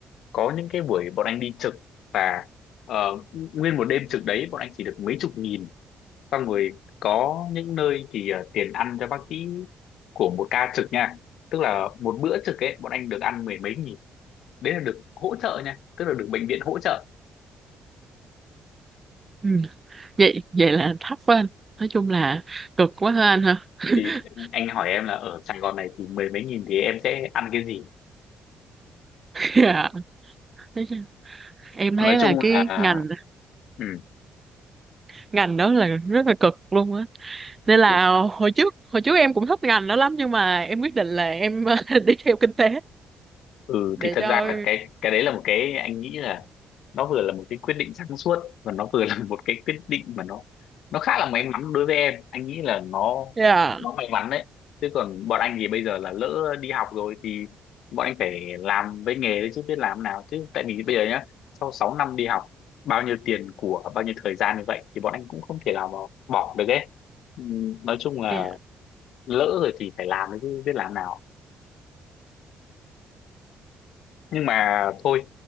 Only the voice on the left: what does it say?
có những cái buổi bọn anh đi trực và ờ, nguyên một đêm trực đấy bọn anh chỉ được mấy chục nghìn xong rồi có những nơi thì ờ, tiền ăn cho bác sĩ của một ca trực nha tức là một bữa trực ấy bọn anh được ăn mười mấy nghìn đấy là được hỗ trợ nha tức là được bệnh viện hỗ trợ
thì, thì anh hỏi em là ở Sài Gòn này thì mười mấy nghìn thì em sẽ ăn cái gì
nói
chung
là
ừ,
ừ.
ừ
thì thật
ra là cái cái đấy là một cái anh nghĩ là nó vừa là một cái quyết định sáng suốt và nó vừa <laughs> là một cái quyết định mà nó nó khá là may mắn đối với em anh nghĩ là nó
nó may mắn đấy chứ còn bọn anh thì bây giờ là lỡ đi học rồi thì bọn anh phải làm với nghề đấy chứ biết làm nào chứ tại vì bây giờ nhá sau 6 năm đi học bao nhiêu tiền của bao nhiêu thời gian như vậy thì bọn anh cũng không thể nào mà bỏ được ấy Ừ, nói chung là
lỡ rồi thì phải làm đấy chứ biết làm nào nhưng mà thôi